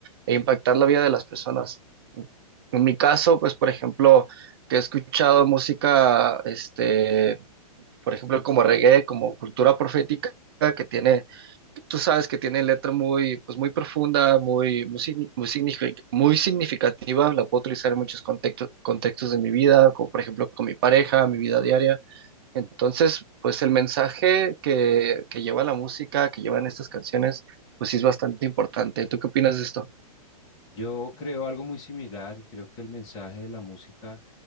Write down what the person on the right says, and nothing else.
e impactar la vida de las personas. En mi caso, pues, por ejemplo, que he escuchado música, este por ejemplo, como reggae, como cultura profética, que tiene, que tú sabes que tiene letra muy, pues muy profunda, muy, muy, signi- muy signifi- muy significativa, la puedo utilizar en muchos contextos, contextos de mi vida, como por ejemplo con mi pareja, mi vida diaria. Entonces, pues el mensaje que, que lleva la música, que llevan estas canciones, pues sí es bastante importante. ¿Tú qué opinas de esto?